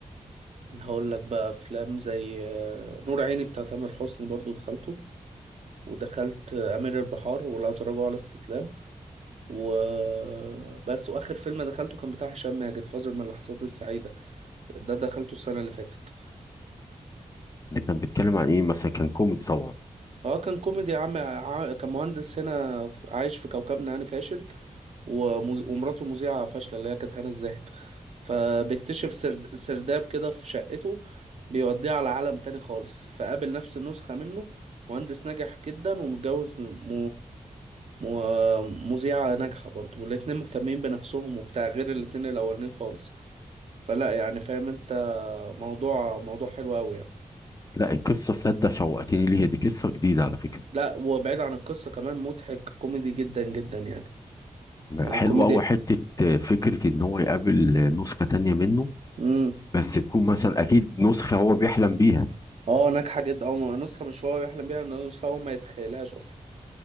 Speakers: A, on the right; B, on the left.
A: هقول لك بقى افلام زي آه، نور عيني بتاع تامر حسني برضو دخلته ودخلت آه، امير البحار ولا تراجع ولا استسلام وبس واخر فيلم دخلته كان بتاع هشام ماجد فاصل من اللحظات السعيده ده دخلته السنه اللي فاتت
B: ده كان بيتكلم عن ايه مثلا كان كوميدي طبعا
A: اه كان كوميدي عم ع- كان مهندس هنا ف- عايش في كوكبنا يعني فاشل ومز... ومراته مذيعة فاشلة اللي هي كانت هنا الزاهد فبيكتشف سرد... سرداب كده في شقته بيوديه على عالم تاني خالص فقابل نفس النسخة منه مهندس ناجح جدا ومتجوز م... م... مذيعة ناجحة برضه والاتنين مهتمين بنفسهم وبتاع غير الاتنين الأولانيين خالص فلا يعني فاهم انت موضوع موضوع حلو أوي يعني
B: لا القصه صدق شوقتني ليها دي قصه جديده على فكره
A: لا وبعيد عن القصة كمان مضحك كوميدي جدا جدا يعني يعني
B: حلوه
A: الكوميديا
B: قوي حته فكره ان هو يقابل نسخه تانية منه
A: امم
B: بس تكون مثلا اكيد نسخه هو بيحلم بيها
A: اه ناجحه جدا او م- نسخه مش هو يحلم بيها ان نسخه هو ما يتخيلهاش اصلا